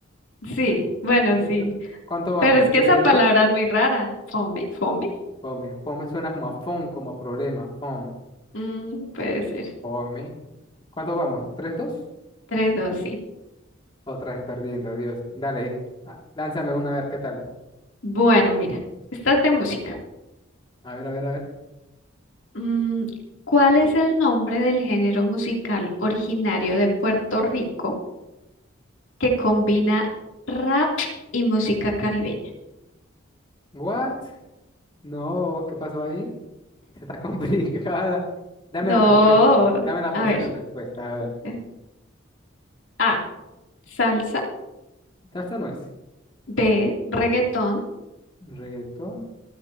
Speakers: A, on the left; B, on the left.
A: sí, bueno,
B: Eso
A: sí.
B: es tra- ¿Cuánto vamos?
A: Pero es que
B: ¿Tres,
A: esa palabra
B: dos?
A: es muy rara. Fome, fome.
B: Fome. Fome suena como a fon, como a problema. Fom.
A: Mm, puede ser.
B: Fome. ¿Cuánto vamos? ¿Tres, dos?
A: Tres, dos, sí.
B: Otra vez perdiendo, Dios. Dale, ah, lánzame una a ver qué tal.
A: Bueno, mira, estas de música.
B: A ver, a ver, a ver.
A: Mm, ¿cuál es el nombre del género musical originario de Puerto Rico que combina rap y música caribeña?
B: ¿What? No, ¿qué pasó ahí? Está <laughs> complicada. Dame
A: No,
B: la respuesta. Dame la
A: a
B: posible
A: ver.
B: respuesta. A ver.
A: eh, A, salsa,
B: Salsa no es.
A: B, reggaetón,
B: Reggaetón,